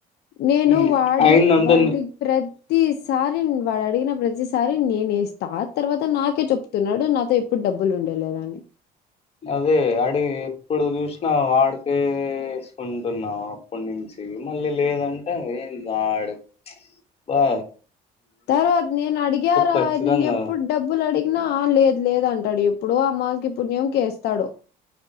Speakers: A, on the left; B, on the left.
A: నేను
B: హ్మ్
A: వాడు
B: అయిందంతా
A: డి వాడి
B: ని
A: ప్రతి ప్రతిసారి వాడు అడిగిన ప్రతిసారి నేనే వేస్తా తర్వాత నాకే చెప్తున్నాడు నాతో ఎప్పుడు డబ్బులు ఉండే లేదా అనీ
B: అదే అడి ఎప్పుడు చూసినా వాడికేేసుకుంటున్నాం అప్పటి నుంచి తిని మళ్ళీ లేదంటే ఏంది ఆడు బా
A: తర్వాత నేను అడిగారా
B: ఖచ్చితంగా
A: నేను ఎప్పుడు డబ్బులు అడిగి నా లేదు లేదు అంటాడు ఎప్పుడో అమాస్యకి పుణ్యంకి ఏస్తాడు